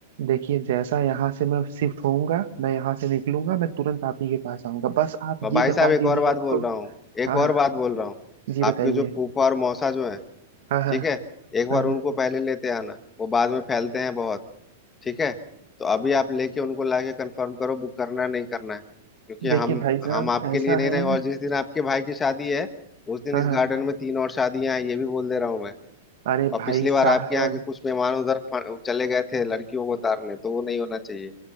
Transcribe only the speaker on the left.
और
भाई
साहब एक
और बात
बोल रहा हूँ एक
और
बात बोल रहा हूँ
आपके
जो फूफा और मौसा जो हैं
ठीक है एक बार
उनको पहले लेते आना वो बाद में फैलते हैं बहुत ठीक है तो अभी आप लेके उनको लाके कंफर्म करो बुक करना है, नहीं करना है क्योंकि हम
हम आपके
लिए नहीं
रहेंगे और जिस दिन आपके भाई की शादी है उस दिन
इस
गार्डन में तीन और शादियां हैं ये भी बोल दे रहा हूँ मैं
और
पिछली बार
आपके यहाँ के कुछ मेहमान उधर फ- चले गए थे लड़कियों को उतारने तो वो नहीं होना चाहिए